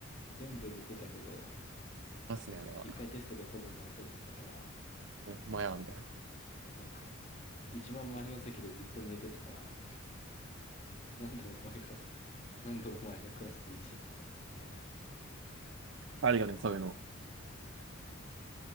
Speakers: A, on the left; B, on the right.
A: 全部寝てたけど、
B: ますね、あれは。
A: 一回テストでほぼ満点取ったから、
B: うん、まあや、みたいな。
A: そう、なんか、一番前の席でずっと寝てたから、なんでお前が、<laughs> なんでお前がクラスで1位なんだっつって。
B: あるよね、そういうの。
A: なるほど。